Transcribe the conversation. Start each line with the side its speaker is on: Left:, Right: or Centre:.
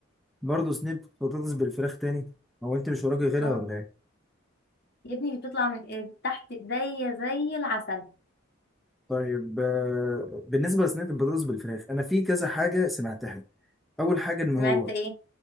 Centre: برضه سنيب بطاطس بالفراخ تاني هو انت مش وراكي غيرها
Left: اه
Centre: ولا ايه
Left: يا ابني دي بتطلع من إيه؟ تحت ايديا زي العسل
Centre: طيب آه، بالنسبه لسنيب البطاطس بالفراخ انا في كذا حاجه سمعتها اول حاجه ان
Left: سمعت
Centre: هو
Left: ايه